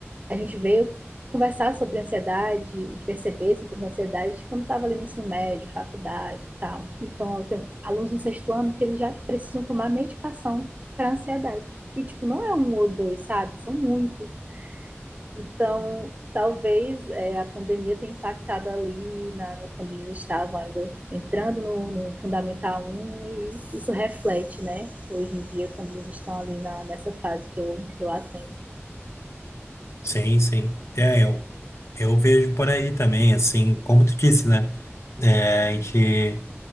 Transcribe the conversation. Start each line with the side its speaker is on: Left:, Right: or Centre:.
Right: A gente veio conversar sobre ansiedade e perceber sintomas de ansiedade quando estava ali no ensino médio, faculdade e tal. Então, eu tenho alunos no sexto ano que eles já precisam tomar medicação para ansiedade. E, tipo, não é um ou dois, sabe? São muitos. Então, talvez é, a pandemia tenha impactado ali na, na- quando eles estavam ainda entrando no, no Fundamental um e isso reflete, né? Hoje em dia, quando eles estão ali na, nessa fase que eu, que eu atendo.
Left: Sim, sim. É, eu, eu vejo por aí também, assim, como tu disse, né? É, a gente.